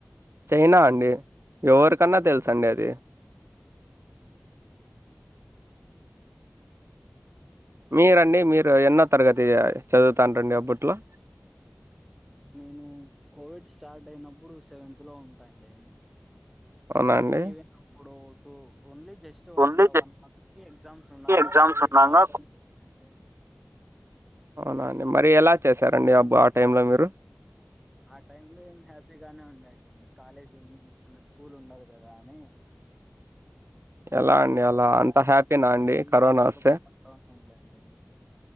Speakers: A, on the right; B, in the centre.
A: చైనా అండి ఎవరికన్నా తెల్సండి అది మీరండి మీరు ఎన్నో తరగతి చదువుతాన్ రండి అప్పట్లో
B: నేను కోవిడ్ స్టార్ట్ అయినప్పుడు సెవెంత్ లో ఉంటాండి
A: అవునా అండి
B: అంటే ఈవెన్ అప్పుడు టు ఓన్లీ జస్ట్ ఇంగ
A: ఓన్లీ జస్ట్
B: వన్ మంత్ కి ఎగ్జామ్స్ ఉండంగా
A: ఎగ్జామ్స్
B: కోవిడ్
A: ఉన్నాంగా
B: లాక్డౌన్ చేసారండి
A: అవునా అండి మరి ఎలా చేశారండి అబ్బ ఆ టైం లో మీరు
B: ఆ టైమ్ లో ఏం హ్యాపీగానే ఉండండి మీరు కాలేజ్ స్కూల్ ఉండదు గదా అని
A: ఎలా
B: ఇంగ ఆ
A: అండి
B: తర్వాత
A: అలా అంత హ్యాపీనా
B: <unintelligible>
A: అండి కరోనా వస్తే
B: ఉందండి